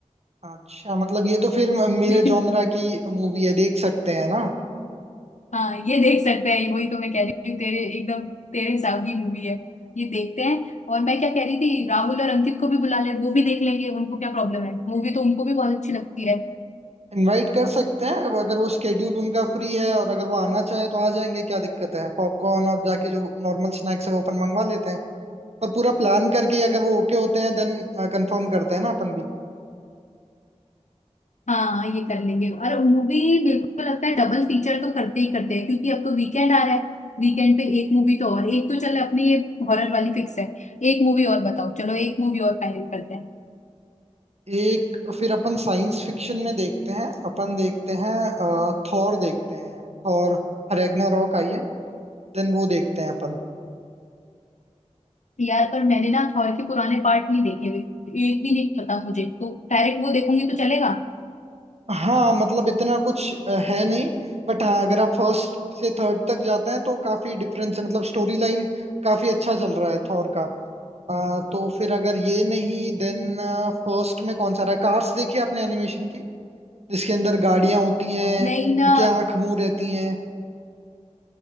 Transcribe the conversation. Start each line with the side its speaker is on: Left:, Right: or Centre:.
Right: अच्छा मतलब ये तो फिर मेरे
Left: <laughs>
Right: जॉनरा की मूवी है देख सकते हैं ना
Left: हाँ ये देख सकते हैं वही तो मैं कह रही हूँ तेरे एकदम तेरे हिसाब की मूवी है ये देखते हैं और मैं क्या कह रही थी राहुल और अंकित को भी बुला ले वो भी देख लेंगे उनको क्या प्रॉब्लम है मूवी तो उनको भी बहुत अच्छी लगती है
Right: इनवाइट कर सकते हैं वो अगर वो स्केड्यूल उनका फ्री है और अगर वो आना चाहे तो आ जाएंगे क्या दिक्कत है पॉपकॉर्न और जाके जो नॉर्मल स्नैक्स है वो अपन मंगवा लेते हैं और पूरा प्लान करके अगर वो ओके होते हैं देन कंफर्म करते हैं ना अपन भी
Left: हाँ ये कर लेंगे और मूवी बिल्कुल लगता है डबल फीचर तो करते ही करते हैं क्योंकि अब तो वीकेंड आ रहा है वीकेंड पे एक मूवी तो और एक तो चल अपनी ये हॉरर वाली फिक्स है एक मूवी और बताओ चलो एक मूवी और फाइनल करते हैं
Right: एक फिर अपन साइंस फिक्शन में देखते हैं अपन देखते हैं थॉर देखते हैं और रैग्नारॉक आई है देन वो देखते हैं अपन
Left: यार पर मैंने ना थॉर के पुराने पार्ट नहीं देखे हुए एक भी नहीं पता मुझे तो डायरेक्ट वो देखूंगी तो चलेगा
Right: हाँ मतलब इतना कुछ अ, है नहीं बट हाँ अगर आप फर्स्ट से थर्ड तक जाते हैं तो काफी डिफरेंस है मतलब स्टोरी लाइन काफी अच्छा चल रहा है थॉर का आ, तो फिर अगर ये नहीं देन फर्स्ट में कौन सा रहा कार्स देखी आपने एनिमेशन की जिसके अंदर गाड़ियां होती हैं
Left: नहीं ना
Right: उनकी आंख मुंह रहती हैं